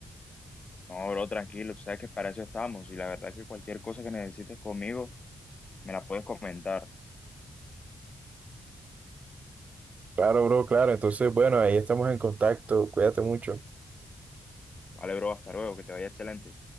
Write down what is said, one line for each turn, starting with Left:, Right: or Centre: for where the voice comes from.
Left: No, bro, tranquilo, tú sabes que para eso estamos y la verdad que cualquier cosa que necesites conmigo me la puedes comentar.
Right: Claro, bro, claro. Entonces, bueno, ahí estamos en contacto. Cuídate mucho.
Left: Vale, bro, hasta luego, que te vaya excelente.